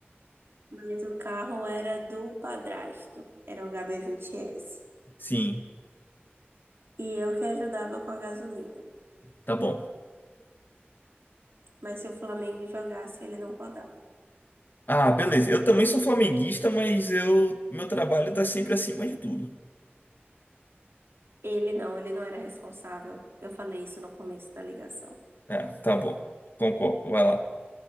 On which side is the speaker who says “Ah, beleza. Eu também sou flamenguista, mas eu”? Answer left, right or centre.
Left